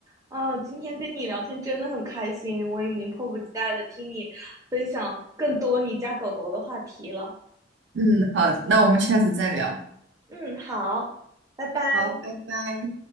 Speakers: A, on the right; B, on the right.
A: 啊，今天跟你聊天真的很开心，我已经迫不及待的听你分享更多你家狗狗的话题了。
B: 嗯，好，那我们下次再聊。
A: 嗯，好，拜拜。
B: 好，拜拜。